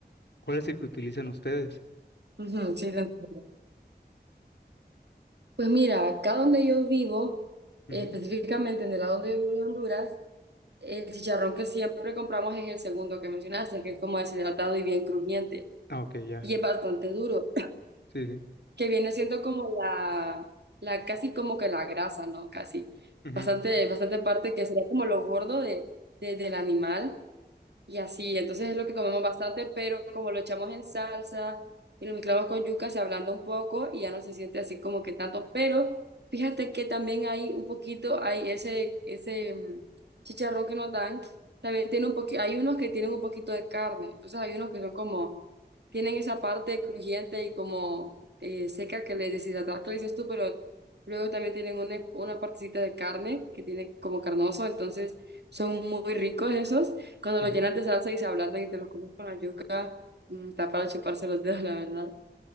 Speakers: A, on the left; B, on the right.
A: ¿Cuál es el que utilizan ustedes?
B: Ujú, sí, te entiendo. Pues mira, acá donde yo vivo,
A: Ujú.
B: eh, específicamente en el lado donde yo vivo de Honduras, el chicharrón que siempre compramos es el segundo que mencionaste, que es como deshidratado y bien crujiente,
A: Ah, ok, ya.
B: y es bastante duro,
A: Sí, sí.
B: que viene siendo como la, la casi como que la grasa, ¿no? Casi,
A: Ujú,
B: bastante, bastante parte que sería como lo gordo de, de- del animal. Y así, entonces es lo que comemos bastante, pero como lo echamos en salsa y lo mezclamos con yuca, se ablanda un poco y ya no se siente así como que tanto. Pero fíjate que también hay un poquito, hay ese, ese mm, chicharrón que nos dan, también tiene un poquito, hay unos que tienen un poquito de carne, entonces hay unos que son como, tienen esa parte crujiente y como eh, seca que le deshidratada que le dices tú, pero luego también tienen una, una partecita de carne que tiene como carnoso, entonces son muy ricos esos. Cuando
A: ujú.
B: los llenas de salsa y se ablandan y te los comes con la yuca, mm, está para chuparse los dedos, la verdad.